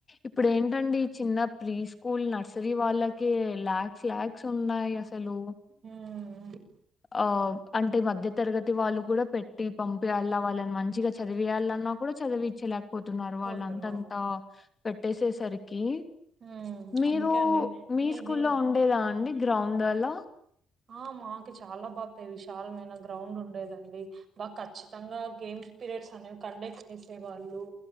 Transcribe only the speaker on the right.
ఉమ్,
పోతున్నారు
ఉమ్,
అందుకే అండి
ఈ
దీని
ఆ మాకు చాలా బాపే విశాలమైన గ్రౌండ్ ఉండేదండి బా ఖచ్చితంగా గేమ్ పీరియడ్స్ అనేవి కండక్ట్ చేసే వాళ్ళు